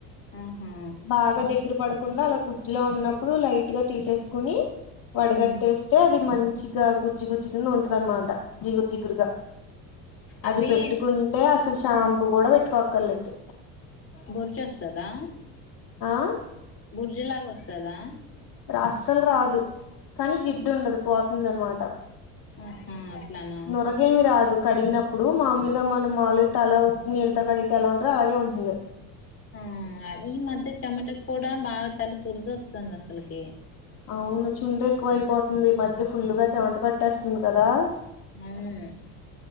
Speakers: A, on the left; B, on the left.
A: ఆహా
B: బాగా దగ్గర పడకుండ అలా గుజ్జుల ఉన్నప్పుడు అలా లైట్ గ తీసేసుకుని వడగట్టేస్తే
A: మ్మ్
B: అది మంచిగ గుజ్జు గుజ్జు కింద ఉంటది అనమాట జిగురు జిగురుగా
A: అవి
B: అది పెట్టుకుంటే అసలు షాంపూ గుడ వెట్టుకోక్కర్లేదు
A: బొర్చొస్తదా
B: ఆ
A: బుర్జులాగ ఓస్తదా
B: ర అస్సల్ రాదు కనీ జిడ్డుండదు పోతుంది అనమాట
A: ఆహా అట్లనా
B: నురగేమి రాదు కడిగినప్పుడు మామూలుగా మనం మాలు తల ఉట్టి నీళ్ళతో కడిగితే ఎలా ఉంటదో అలాగే ఉంటుంది
A: ఆ ఈ మధ్య చెమట కూడా బాగాతల దుర్ద వస్తుంది అసలకి
B: అవును చుండ్ర ఎక్కువ అయిపోతుంది ఈ మధ్య ఫుల్గా చెమట పట్టేస్తుంది కదా
A: అవును